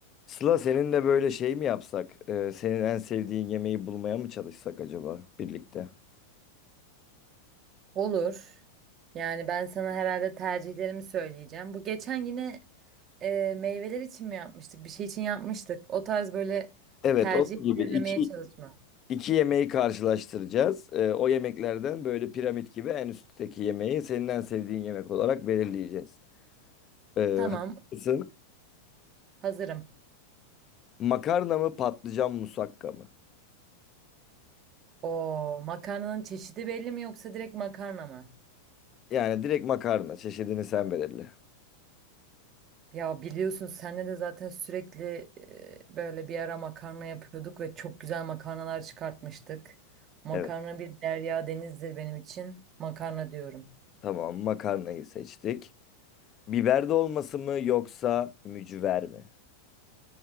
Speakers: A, on the left; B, on the right.
A: Sıla seninle böyle şey mi yapsak? Ee, senin en sevdiğin yemeği bulmaya mı çalışsak acaba birlikte?
B: Olur. Yani ben sana herhalde tercihlerimi söyleyeceğim. Bu geçen yine e, meyveler için mi yapmıştık? Bir şey için yapmıştık. O tarz böyle
A: Evet,
B: tercih
A: onun gibi
B: belirlemeye
A: iki,
B: çalışma.
A: iki yemeği karşılaştıracağız. Ee, o yemeklerden böyle piramit gibi en üstteki yemeği senin en sevdiğin yemek olarak belirleyeceğiz. Ee,
B: Tamam,
A: haklısın.
B: hazırım.
A: Makarna mı patlıcan musakka mı?
B: O makarnanın çeşidi belli mi yoksa direkt makarna mı?
A: Yani direkt makarna çeşidini sen belirle.
B: Ya biliyorsun senle de zaten sürekli e, böyle bir ara makarna yapıyorduk ve çok güzel makarnalar çıkartmıştık. Makarna
A: Evet,
B: bir derya denizdir benim için. Makarna diyorum.
A: tamam makarnayı seçtik. Biber dolması mı yoksa mücver mi?